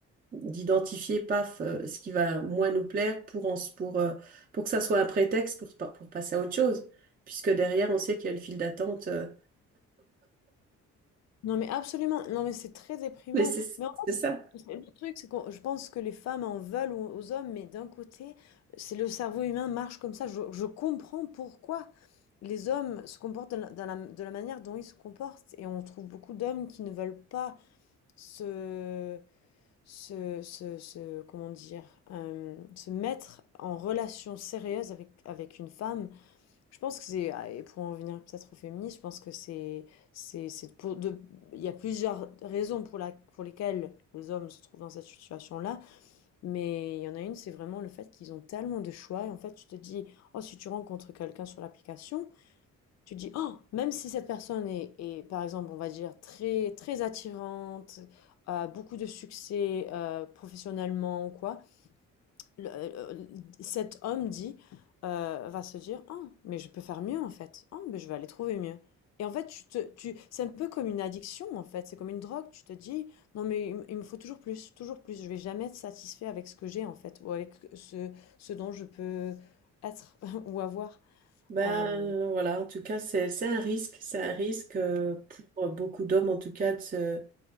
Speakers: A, on the right (about 30°); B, on the left (about 60°).
A: d'identifier, paf, euh, ce qui va moins nous plaire pour, en- pour, euh, pour que ça soit un prétexte pour, pa- pour passer à autre chose, puisque derrière, on sait qu'il y a une file d'attente. euh.
B: Non, mais absolument. Non, mais c'est très déprimant.
A: mais c'est
B: Mais
A: c'est ça.
B: C'est- Le truc, c'est que je pense que les femmes en veulent aux, aux hommes, mais d'un côté, c'est le cerveau humain marche comme ça. Je, je comprends pourquoi les hommes se comportent de la, dans la- de la manière dont ils se comportent. Et on trouve beaucoup d'hommes qui ne veulent pas se, se, se, se- comment dire, euh, se mettre en relation sérieuse avec, avec une femme. Je pense que c'est, ah, et pour en venir peut-être au féminisme, je pense que c'est, c'est, c'est pour de, il y a plusieurs raisons pour la, pour lesquelles les hommes se trouvent dans cette situation-là, mais il y en a une, c'est vraiment le fait qu'ils ont tellement de choix, et en fait, tu te dis, oh, si tu rencontres quelqu'un sur l'application, tu te dis, oh, même si cette personne est, est, par exemple, on va dire, très, très attirante, a beaucoup de succès, euh, professionnellement ou quoi, le- euh, cet homme dit, euh, va se dire, ah, mais je peux faire mieux en fait. Ah, mais je vais aller trouver mieux. Et en fait, tu te, tu, c'est un peu comme une addiction en fait. C'est comme une drogue. Tu te dis, non mais il, me il me faut toujours plus, toujours plus. Je vais jamais être satisfait avec ce que j'ai en fait, ou avec ce, ce dont je peux être <laughs> ou avoir.
A: Ben
B: Euh,
A: voilà, en tout cas, c'est c'est un risque, c'est un risque euh, pour beaucoup d'hommes, en tout cas, de se, de